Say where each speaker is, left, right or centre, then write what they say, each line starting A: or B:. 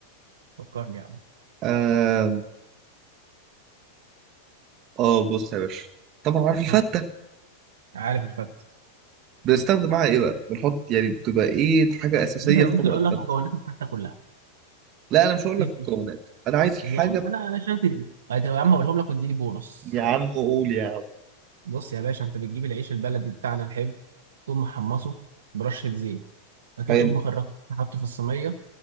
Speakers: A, on the right (about 70°); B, on the right (about 40°).
A: فكر لي يا عم
B: آه, اه بص يا باشا طبعا عارف الفتة
A: قول لي عارف الفتة
B: بنستخدم معاها ايه بقى بنحط يعني بتبقى ايه حاجة اساسية
A: باشا أنا
B: في
A: ممكن
B: طبق
A: أقول
B: الفتة
A: لك مكونات الفتة كلها
B: لا انا مش هقول
A: تفرق
B: لك مكونات انا عايز حاجة
A: يا عم أنا أنا عشان تقول يا عم أقولهم لك واديني بونص
B: يا عم قول يا عم
A: بص يا باشا أنت بتجيب العيش البلدي بتاعنا الحلو تقوم محمصه برشة زيت بعد
B: حلو
A: كده تقوم مخرجه حاطه في الصينية